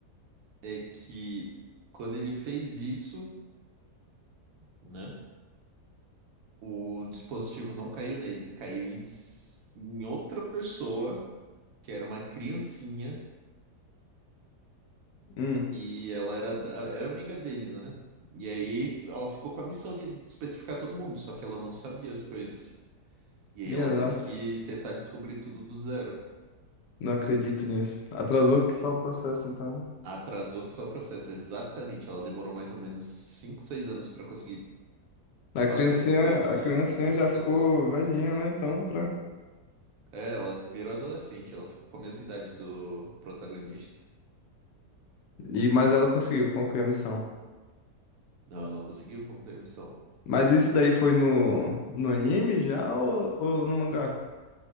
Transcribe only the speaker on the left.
Hum,
minha
nossa,
não acredito nisso. Atrasou que só o processo então.
A
criancinha,
a
criancinha
já ficou velhinha, né? Então, pra...
E, mas ela conseguiu concluir a missão.
Mas isso daí foi no, no anime já ou, ou no mangá?